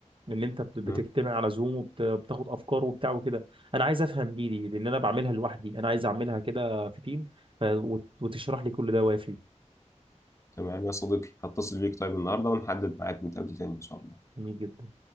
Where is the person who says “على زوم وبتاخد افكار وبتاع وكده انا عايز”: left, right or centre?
Right